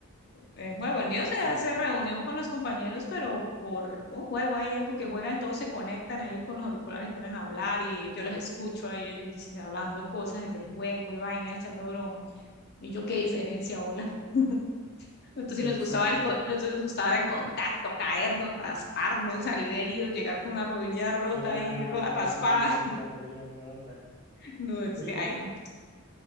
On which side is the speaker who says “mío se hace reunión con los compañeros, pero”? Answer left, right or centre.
Left